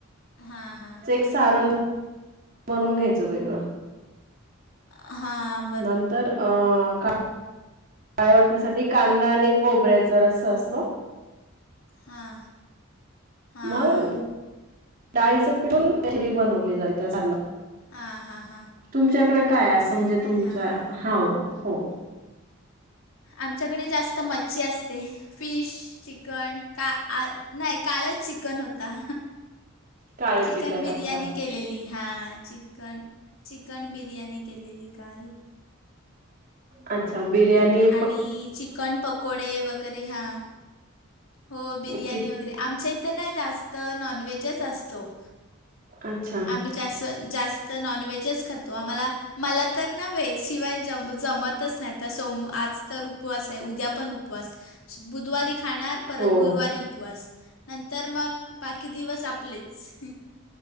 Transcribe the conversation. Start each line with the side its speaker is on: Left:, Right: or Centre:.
Left: हा हा
Right: सारण बनून घ्यायचं वेगळं.
Left: हा
Right: नंतर अ का पाळे वाटण्यासाठी कांदा आणि खोबऱ्याचा रस्सा असतो
Left: हां हां,
Right: मग
Left: हां,
Right: डाळीचं पिटून डी बनवलीत त्या सा
Left: हां, हां, हां.
Right: तुमच्याकडे काय असं म्हणजे
Left: आहे काय
Right: तुमच्या
Left: हां हां
Right: हा हो
Left: आमच्याकडे जास्त मच्छी असते फिश चिकन का आ नाही कालच चिकन होता
Right: काळं
Left: चिकन बिर्याणी
Right: अच्छा
Left: केलेली हा चिकन चिकन बिर्याणी केलेली काल
Right: अच्छा बिरयाणी
Left: आणि चिकन पकोडे वगैरे हां हो बिर्याणी
Right: चिक
Left: वगैरे आमच्या इथं ना जास्त नॉनव्हेजच असतो.
Right: अच्छा
Left: आम्ही जा जास्त नॉनव्हेजच खातो आम्हाला मला तर ना व्हेज शिवाय ज जमतच नाही तर सोम आज तर उपवास आहे उद्या पण उपवास श बुधवारी खाणार परत
Right: हो.
Left: गुरुवारी उपवास नंतर मग बाकी दिवस आपलेच. ह